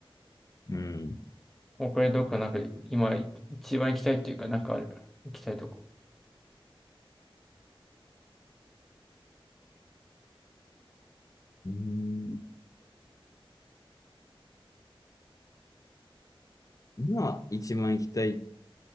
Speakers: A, on the left (about 35°); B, in the centre.
A: うん。
B: もうこれどっかなんか、今、い一番行きたいっていうか、なんかある。行きたいとこ。
A: うん。今、一番行きたい、